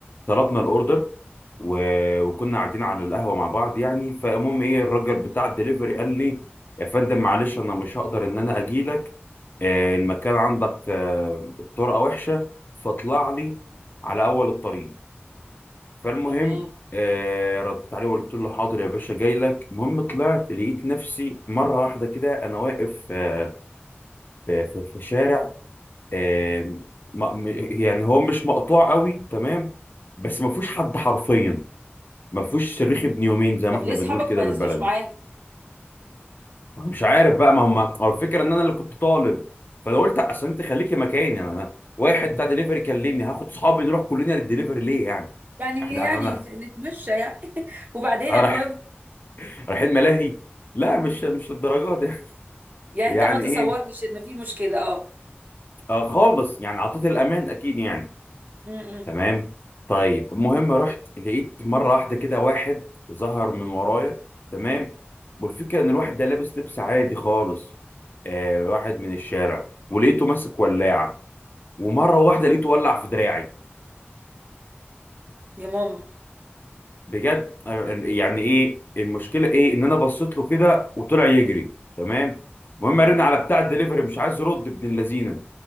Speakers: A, on the left (about 50°); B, on the right (about 45°).
A: طلبنا الأوردر و- وكنا قاعدين على القهوة مع بعض يعني فالمهم إيه الراجل بتاع الدليفري قال لي يا فندم معلش أنا مش هقدر إن أنا أجيلك آه، المكان عندك آه، الطرقة وحشة فاطلع لي على أول الطريق فالمهم
B: تمام
A: آه ردت عليه وقلت له حاضر يا باشا جاي لك المهم طلعت لقيت نفسي مره واحده كده انا واقف آه في, في, في شارع آه م- م- يعني هو مش مقطوع قوي تمام بس ما فيهوش حد حرفيا ما فيهوش صريخ ابن يومين زي ما
B: طب
A: احنا
B: ليه
A: بنقول
B: أصحابك
A: كده
B: ما
A: بالبلدي
B: نزلوش معاك
A: مش عارف بقى ما هم هو الفكره ان انا اللي كنت طالب فانا قلت اصل انت خليكي مكاني يعني انا واحد بتاع دليفري كلمني هاخد صحابي نروح كلنا للدليفري ليه يعني
B: يعني
A: احنا
B: يعني
A: انا
B: نتمشى يعني <laughs> وبعدين
A: انا
B: المهم
A: رايح رايحين ملاهي لا مش مش للدرجه دي <laughs>
B: يعني
A: يعني
B: انت ما تصورتش
A: ايه
B: ان في مشكلة اه
A: آه خالص يعني عطيت الامان اكيد يعني
B: امم
A: تمام طيب المهم رحت لقيت مره واحده كده واحد ظهر من ورايا تمام والفكره ان الواحد ده لابس لبس عادي خالص آه واحد من الشارع ولقيته ماسك ولاعه ومره واحده لقيته ولع في دراعي
B: يا ماما
A: بجد آه، يعني ايه المشكله ايه ان انا بصيت له كده وطلع يجري تمام المهم رن على بتاع الدليفري مش عايز يرد ابن اللذينه